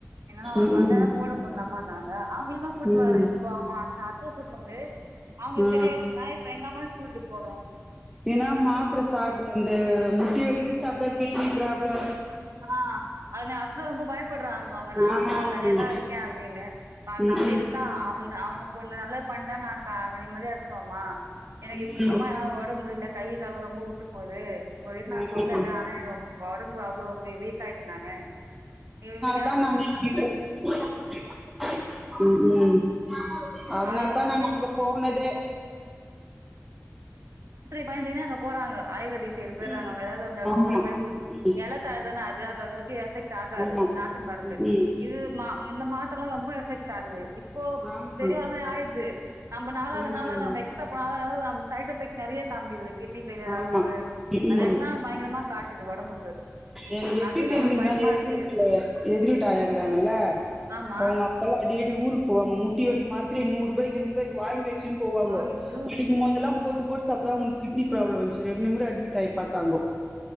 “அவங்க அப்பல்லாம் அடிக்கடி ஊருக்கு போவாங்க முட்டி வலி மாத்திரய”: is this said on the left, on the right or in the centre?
Centre